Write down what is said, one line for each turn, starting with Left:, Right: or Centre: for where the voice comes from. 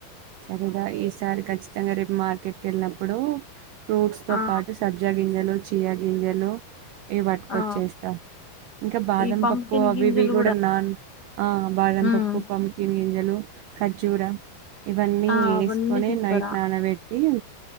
Right: సరే గా ఈసారి ఖచ్చితంగా రేపు మార్కెట్ కి వెళ్ళినప్పుడు ఫ్రూట్స్ తో
Left: ఆ
Right: పాటు సబ్జా గింజాలు చియా గింజలు ఇవి పట్టుకొచ్చేస్తా
Left: ఆ
Right: ఇంకా బాదం
Left: ఈ పంకిన్
Right: పప్పు అవి
Left: గింజలు
Right: వి కూడా నాన్ ఆ బాదం
Left: ఉమ్
Right: పప్పు పంకిన్ లు ఖర్జూర ఇవన్నీ
Left: ఆ అవన్నీ
Right: వేసుకొని
Left: తీసుకురా
Right: నైట్ నానబెట్టి